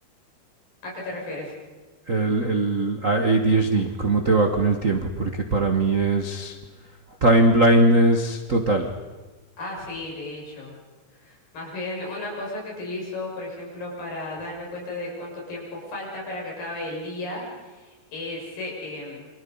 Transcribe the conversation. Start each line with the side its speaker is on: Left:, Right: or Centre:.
Left: ¿A qué te refieres?
Right: El, el ADHD, ¿cómo te va con el tiempo? Porque para mí es time blindness total.
Left: Ah, sí, de hecho. Más bien, una cosa que utilizo, por ejemplo, para darme cuenta de cuánto tiempo falta para que acabe el día, ese, em,